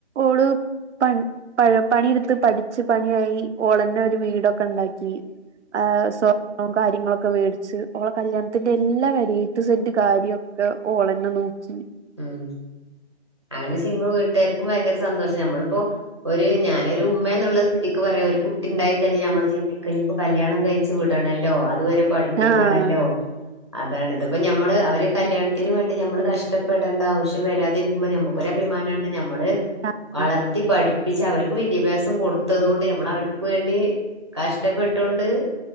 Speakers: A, on the right; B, on the right.
A: ഓള് പണ് വഴം പണിയിടുത്ത് പഠച്ച്. പണിയായി ഓളന്നെ ഒരു വീടൊക്കെ ഉണ്ടാക്കി ആഹ് സ്വ ർണ്ണം കാര്യങ്ങളൊക്കെ വേടിച്ച് ഓളെ കല്യാണത്തിന്റെ എല്ലാ കാര്യവും എയി റ്റു ഇസഡ് കാര്യം ഒക്കെ ഓളന്നെ നോക്കി
B: ഉം അങ്ങനെ ചെയ്മ്പോ വീട്ടുർക്കും ഭയങ്കര സന്തോഷ നമ്മളിപ്പോ ഒരു ഞാനൊരു ഉമ്മന്നുള്ള സ്ഥിതി ക് പറയാം ഒരു കുട്ടിണ്ടായി കഴിഞ് നമ്മൾ ചിന്തികാ ഇപ്പോ കല്യാണം കഴിച്ച് വിടണല്ലോ അതുവരെ പഠിപ്പിക്കണല്ലോ
A: ആഹ്
B: അതാണ് ഇതിപ്പോ ഞമ്മള് അവര് കല്യാണത്തിന് വേണ്ടി നമ്മള് കഷ് ഷ്ടപ്പെടേണ്ട ആവശ്യം വരാതിരിക്കുമ്പോൾ നമുക്കൊരു അഭിമാനണ് നമ്മള്
A: ആഹ്
B: വളർത്തി പഠി പ്പിച് അവർക്ക് വിദ്യാഭ്യാസം കൊടുത്തതൊണ്ട് നമ്മളവർക്ക് വേണ്ടി കഷ്ടപ്പെട്ടൊണ്ട്..